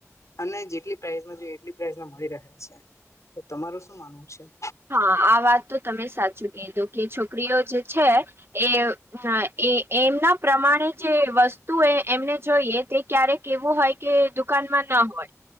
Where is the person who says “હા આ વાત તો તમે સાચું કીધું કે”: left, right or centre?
Right